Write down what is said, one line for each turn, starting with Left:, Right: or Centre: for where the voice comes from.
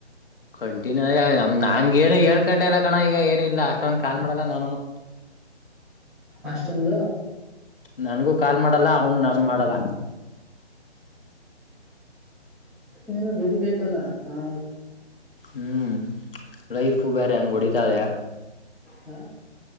Left: ಕಂಟಿನ್ಯೂ ಆ ನನ್ಗ ಏನು ಹೇಳ್ಕೊಂಡೆ ಎಲ್ಲ ಕಣ ಈಗ ಏನು ಇಲ್ಲ ಅಷ್ಟೊಂದು ಕಾಲ್ ಮಾಡೋಲ್ಲ ನಾನೂನು <unintelligible>
Centre: ಅಷ್ಟೊಂದು
Left: ನನಗೂ ಕಾಲ್ ಮಾಡಲ್ಲ ಅವನು ನಾನು ಕಾಲ್ ಮಾಡಲ್ಲ
Centre: ಲ್ಲ ಬಿದುಡಿ ಬೇಕಲ್ಲ ಹ
Left: ಹ್ಮ್ ಲೈಫು ಬೇರೆ ಹೆಂಗ ಹೊಡಿತದೆ
Centre: ಹಾ?